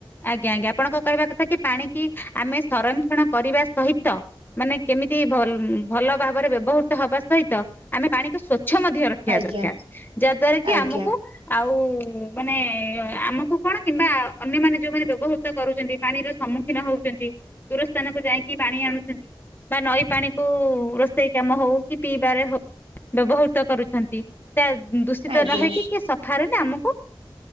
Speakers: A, on the left (about 20°); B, on the right (about 80°).
A: ଆଜ୍ଞା, ଆଜ୍ଞା । ଆପଣଙ୍କ କହିବା କଥା କି ପାଣି କି ଆମେ ସଂରକ୍ଷଣ କରିବା ସହିତ ମାନେ କେମିତିଲ ଭଲ ଭାବରେ ବ୍ୟବହୃତ ହବା ସହିତ ଆମେ ପାଣିକୁ ସ୍ବ ଛ ମଧ୍ୟ ରଖିବା
B: ଆଜ୍ଞା
A: ଦରକାର ଯାହାଦ୍ୱାରା କି
B: ଆଜ୍ଞା
A: ଆମକୁ ଆଉ ମାନେ ଆମକୁ କଣ କିମ୍ବା ଅନ୍ୟମାନେ ଯୋଉମାନେ ବ୍ୟବହୃତ କରୁଛନ୍ତି ପାଣିର ସମ୍ମୁଖୀନ ହଉଛନ୍ତି, ଦୂର ସ୍ଥାନକୁ ଯାଇକି ପାଣି ଆଣୁଛନ୍ତି। ବା ନଈ ପାଣିକୁ ରୋଷେଇ ସେଇ କାମ ହଉ କି ପିଇବାରେ ହଉ ବ୍ୟବହୃତ କରୁଛନ୍ତି । ଦୂଷିତ
B: ଆଜ୍ଞା
A: ନହଇକି କି ସ ଆମକୁ।